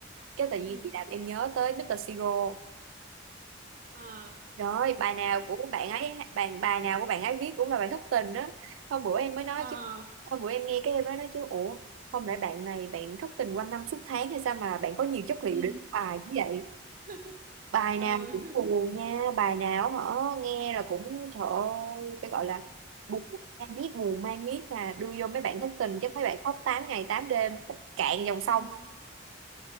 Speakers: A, on the right (about 75°); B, on the right (about 40°).
A: cái tự nhiên
B: ừ
A: thì làm em nhớ tới Mr. Siro
B: à
A: Rồi bài nào
B: Tên
A: của bạn
B: đồ.
A: ấy bài bài nào của bạn ấy viết cũng là bài thất tình đó hôm bữa em mới nói
B: ờ
A: chứ hôm bữa em nghe cái em mới nói chứ ủa không lẽ bạn này bạn thất tình quanh năm suốt tháng hay sao mà bạn có nhiều chất liệu
B: ừ
A: để viết bài như vậy
B: <laughs> ừ
A: bài nào cũng
B: ừ
A: buồn nha bài nào hả nghe là cũng trời ơi cái gọi là buồn mang biết buồn mang biết mà đưa vô mấy bạn thất tình
B: ừ
A: chắc mấy bạn khóc 8 ngày 8 đêm cạn dòng sông
B: ừ